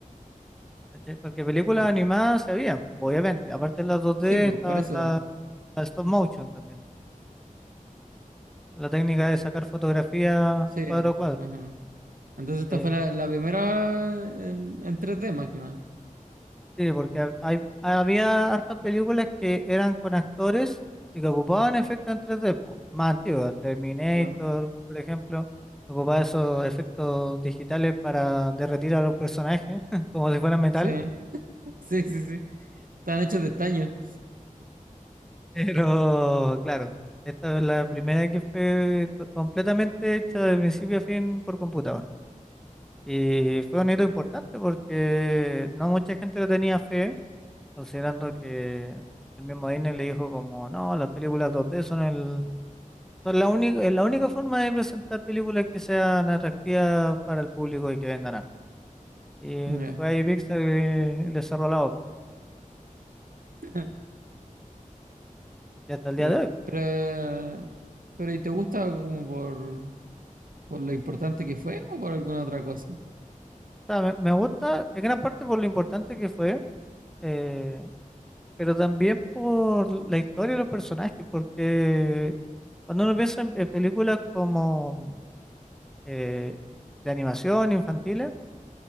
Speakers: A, in the centre; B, on the right (about 85°).
A: ¿cachai? Porque películas
B: y-
A: animadas se habían, obviamente. Aparte de las 2D,
B: sí, pues
A: estaba
B: por eso.
A: la, la stop motion también. La técnica de sacar fotografía
B: Sí.
A: cuadro a cuadro.
B: ajá. Entonces esta
A: Eh,
B: fue la, la primera en, en 3D más que nada.
A: sí, porque ha- hay, había hartas películas que eran con actores y que ocupaban efectos en tres d po, más antiguos, Terminator,
B: Claro.
A: por ejemplo, ocupaba esos efectos digitales para derretir a los personajes <laughs> como si fueran metal,
B: Sí. <laughs> Sí, sí, sí. Están hechos de estaño.
A: pero claro, esta es la primera que fue to- completamente hecha de principio a fin por computadora. Y fue un hito importante porque no mucha gente le tenía fe considerando que el mismo Disney le dijo como, no, las películas 2D son el, son la única, es la única forma de presentar películas que sean atractivas para el público y que vendan arte. Y
B: Ya.
A: fue ahí Pixar y le, le cerró la boca.
B: <laughs>
A: Y hasta el día
B: Pero,
A: de hoy. O
B: pero, pero, ¿y te gusta como por, por lo importante que fue o por alguna otra cosa?
A: sea, me, me gusta en gran parte por lo importante que fue, eh, pero también por la historia de los personajes, porque cuando uno piensa en, en películas como eh, de animación infantiles,